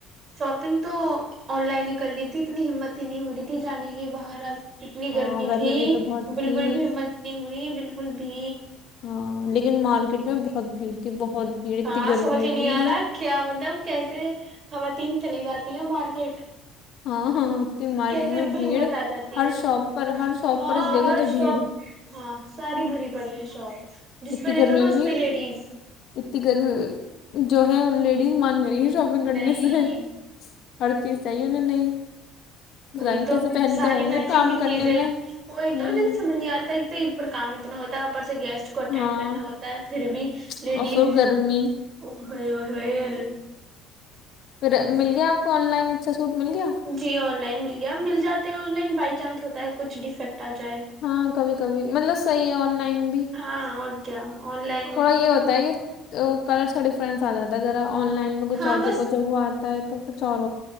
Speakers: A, on the right; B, on the left.
A: شاپنگ تو آن لائن ہی کر لی تھی اتنی ہمت ہی نہیں ہو رہی تھی جانے کی باہر اب اتنی
B: ہاں
A: گرمی
B: گھر
A: تھی
B: میں بھی تو بہت
A: بالکل
B: تھی
A: بھی ہمت نہیں ہوئی بالکل بھی
B: ہاں لیکن مارکیٹ میں بہت بھیڑ تھی بہت بھیڑ
A: ہاں
B: تھی گرمی
A: سمجھ ہی نہیں
B: بھی
A: آ رہا کیا مطلب کیسے خواتین چلی جاتی ہیں مارکیٹ
B: ہاں ہاں مارکیٹ
A: کیسے ان میں
B: بھیڑ
A: ہمت آ جاتی
B: ہر
A: ہے
B: شاپ پر ہر شاپ
A: ہاں
B: پر دیکھو
A: ہر
B: تو
A: شاپ
B: بھیڑ
A: ہاں ساری بھری پڑی ہے شاپ جس
B: اتنی
A: پہ دیکھو
B: گرمی
A: نا اس
B: بھی
A: پہ لیڈیز
B: اتنی گرمی جو ہے مان رہی ہیں شاپنگ کرنے
A: نہیں
B: سے ہ چیز چاہیے انہوں نہیں
A: وہی
B: پتا نہیں
A: تو
B: کیسے پہنتے
A: ساری
B: ہوں
A: میچنگ
B: گے کام
A: کی
B: کرنے
A: چیزیں
B: میں
A: وہی
B: ہوں
A: توے سمجھ نہیں آتا تو عید پر کام اتنا ہوتا اوپر ہے گیسٹ کو اٹینڈ
B: ہاں
A: کرنا ہوتا ہے پھر بھی لیڈیز
B: اور پھر گرمی
A: ہو ہول
B: پھر مل گیا آپ کو آن لائن سوٹ مل گیا
A: جی آن لائن مل اب مل جاتے ہیں آن لائن بائی چانس ہوتا ہے کھ ڈیفیکٹ آ جائے
B: ہاں کبھی کبھی مطلب صحیح ہے آن لائن بھی
A: ہاں اور کیا آن لائن
B: تھوڑا یہ ہوتا ہے کہ تو کلرس کا ڈفرنس آ جاتا ہے ذرا آن لائن میں کچھ
A: ہاں
B: اور
A: بس
B: دیکھ جب وہ آتا ہے تو ک چار